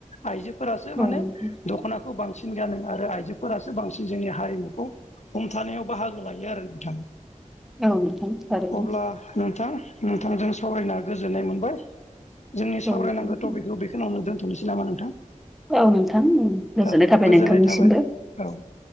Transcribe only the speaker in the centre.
औ नोंथां
औ नोंथां थारैनो
औ नोंथां
औ नोंथां गोजोननाय
थाबाय
नोंथांनिसिमबो।